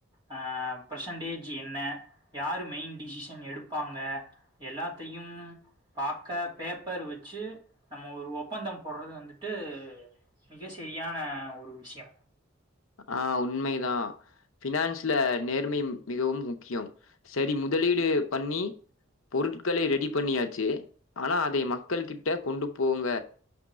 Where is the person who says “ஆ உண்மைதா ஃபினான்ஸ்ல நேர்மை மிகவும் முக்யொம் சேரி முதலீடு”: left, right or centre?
Left